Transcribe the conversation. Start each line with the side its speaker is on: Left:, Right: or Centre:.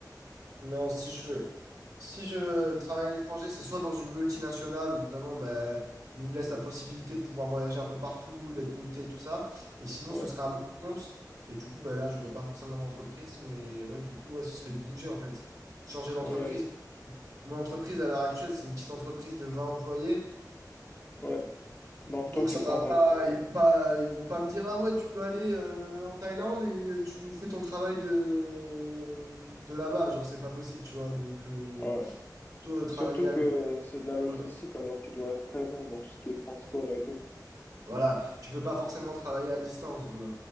Right: Non, si je, si je travaille à l'étranger, c'est soit dans une multinationale où vraiment, ben, il me laisse la possibilité de pouvoir voyager un peu partout, d'être muté, tout ça. Et sinon,
Left: Ouais,
Right: ce sera à mon compte. Et du coup, ben là, j'aurais pas forcément d'entreprise. Mais ouais, du coup, ouais, ce serait de bouger, en fait. Changer d'entreprise.
Left: ouais, je-
Right: Mon entreprise, à l'heure actuelle, c'est une petite entreprise de 20 employés.
Left: ouais. Donc
Right: Donc,
Left: toi, tu
Right: ça
Left: comptes...
Right: va pas,
Left: à-
Right: ils vont pas, ils vont pas me dire, ah ouais, tu peux aller euh, en Thaïlande et tu nous fais ton travail de, de là-bas. Genre, c'est pas possible, tu vois. Donc, euh,
Left: Ouais.
Right: plutôt euh, travailler
Left: Surtout
Right: à
Left: que
Right: l'étranger.
Left: c'est de la logistique,
Right: Voilà.
Left: alors tu dois être présent dans tout ce qui est transport et tout.
Right: Voilà. Tu peux pas forcément travailler à distance, quoi.